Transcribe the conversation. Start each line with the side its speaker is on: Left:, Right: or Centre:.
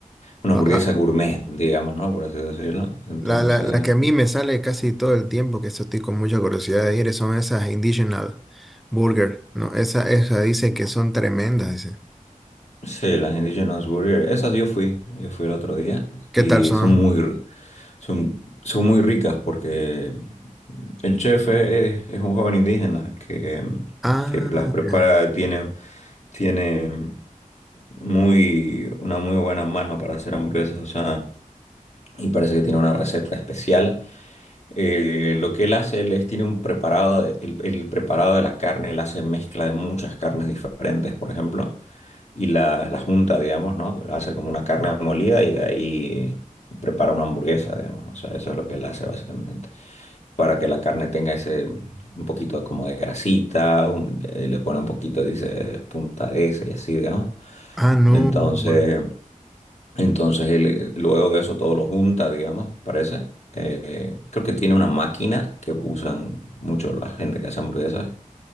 Left: una
Centre: No,
Left: hamburguesa
Centre: ah,
Left: gourmet, digamos, ¿no? Por así decirlo. Entonces,
Centre: la, la, la que a mí me sale casi todo el tiempo, que eso estoy con mucha curiosidad de ir, son esas Indigenous Burger, ¿no? Esa, esa dice que son tremendas, dice.
Left: sí, las Indigenous Burger, esas yo fui, yo fui el otro día
Centre: ¿Qué
Left: y
Centre: tal son?
Left: son muy, r- Son, son muy ricas porque el chef es, es- un joven indígena que,
Centre: Ah,
Left: que las prepara,
Centre: ya.
Left: tiene, tiene muy, una muy buena mano para hacer hamburguesas, o sea, y parece que tiene una receta especial eh, lo que él hace, él es, tiene un preparado, de- el, el preparado de la carne, él hace mezcla de muchas carnes diferentes, por ejemplo, y la, la junta, digamos, ¿no? Hace como una carne molida y de ahí prepara una hamburguesa, digamos, o sea, eso es lo que él hace básicamente, para que la carne tenga ese, un poquito como de grasita, un- eh, le pone un poquito, dice, punta de ese y así, digamos.
Centre: ah, no,
Left: Entonces...
Centre: bueno.
Left: Entonces él eh, luego de eso todo lo junta, digamos, parece. Eh, creo que tiene una máquina que usan mucho la gente que hace hamburguesas,